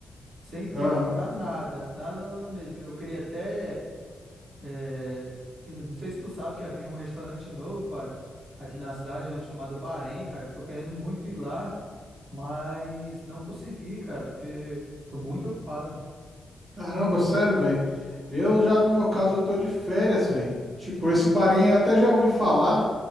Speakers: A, on the right; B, on the right.
A: sem tempo
B: ah,
A: pra nada. Nada, nada mesmo. Eu queria até É, eu não sei se tu sabe que abriu um restaurante novo, pá, aqui na cidade, um chamado Bahrein, cara. Eu tô querendo muito ir lá, mas não consegui, cara, porque tô muito ocupado.
B: caramba, sério, velho. Eu já, no meu caso, eu tô de férias, velho. Tipo, esse barinho eu até já ouvi falar.